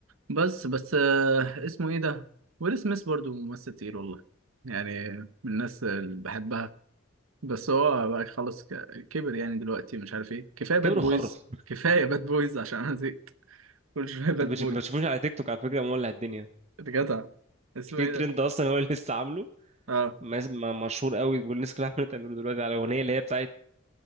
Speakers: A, on the right; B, on the right.
A: بس بس آه، اسمه ايه ده ويل سميث برضو ممثل تقيل والله يعني من الناس اللي بحبها بس هو بقى خلاص ك- كبر يعني دلوقتي مش عارف ايه كفايه باد
B: كبر
A: بويز
B: وخرف
A: كفايه باد بويز عشان انا زهقت <laughs> كل شويه باد
B: انت بتش-
A: بويز
B: ما بتشوفوش على تيك توك على فكره مولع الدنيا
A: جدع اسمه
B: مش في
A: ايه
B: ترند
A: ده
B: اصلا هو اللي لسه عامله
A: اه
B: مس- م- مشهور قوي والناس كلها عماله تعمله دلوقتي على الاغنيه اللي هي بتاعت